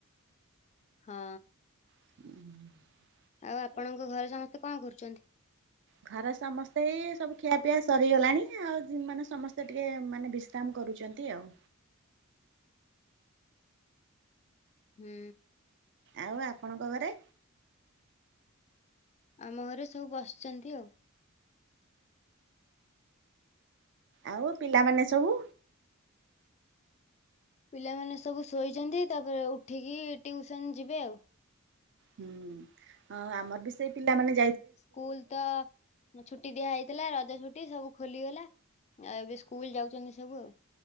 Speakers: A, on the left; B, on the right.
A: ହଁ।
B: ହୁଁ
A: ଆଉ ଆପଣଙ୍କ ଘରେ ସମସ୍ତେ କଣ କରୁଛନ୍ତି?
B: ଘରେ ସମସ୍ତେ ଏଇ ସବୁ ଖିଆ ପିଆ ସରିଗଲାଣି ଆଉ ମାନେ ସମସ୍ତେ ଟିକେ ମାନେ ବିଶ୍ରାମ କରୁଛନ୍ତି ଆଉ।
A: ହୁଁ।
B: ଆଉ ଆପଣଙ୍କ ଘରେ?
A: ଆମ ଘରେ ସବୁ ବସିଛନ୍ତି ଆଉ।
B: ଆଉ ପିଲାମାନେ ସବୁ?
A: ପିଲାମାନେ ସବୁ ଶୋଇଛନ୍ତି ତାପରେ ଉଠିକି ଟିଉସନ ଯିବେ ଆଉ।
B: ହୁଁ ଆମର ବି ସେଇ ପିଲାମାନୋନ
A: ସ୍କୁଲ ତ ଛୁଟି ଦିଆ ହେଇଥିଲା ରଜ ଛୁଟି ସବୁ ଖୋଲିଗଲା। ଆଉ ଏବେ ସ୍କୁଲ ଯାଉଛନ୍ତି ସବୁ?